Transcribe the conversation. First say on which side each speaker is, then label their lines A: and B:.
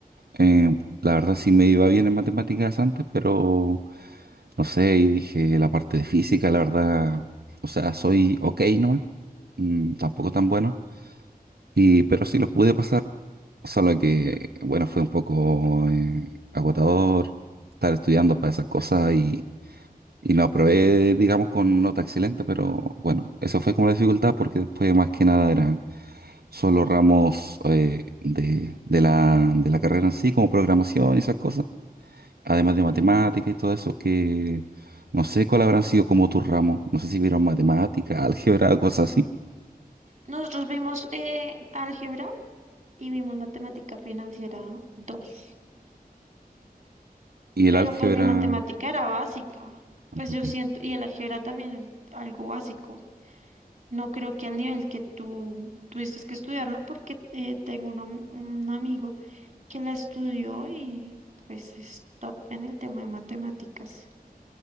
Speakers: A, on the right; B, on the right.
A: Eh, la verdad sí me iba bien en matemáticas antes, pero no sé, y dije la parte de física, la verdad, o sea, soy ok nomás mm, tampoco tan buenos, y, pero sí los pude pasar, solo que, bueno, fue un poco eh, agotador estar estudiando para esas cosas y, y lo aprobé, digamos, con nota excelente, pero bueno, esa fue como la dificultad porque después más que nada eran solo ramos eh, de, de la, de la carrera en sí, como programación y esas cosas, además de matemática
B: Sí.
A: y todo eso que... No sé cuál habrán sido como tus ramos. No sé si vieron matemática, álgebra <laughs> o cosas así.
B: Nosotros vimos eh, álgebra y vimos matemática financiera dos.
A: Y el
B: Pero
A: álgebra.
B: pues mi matemática era básica. Pues
A: ok.
B: yo siento, y el álgebra también es algo básico. No creo que al nivel que tú tuviste que estudiarlo, porque eh, tengo un, am- un amigo que la estudió y pues es top en el tema de matemáticas,